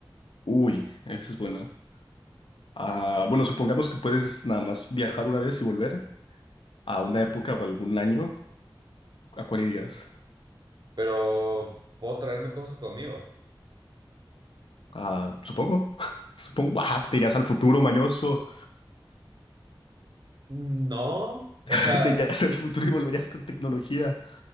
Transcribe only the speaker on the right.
pero puedo traerme cosas conmigo.
No, o
sea,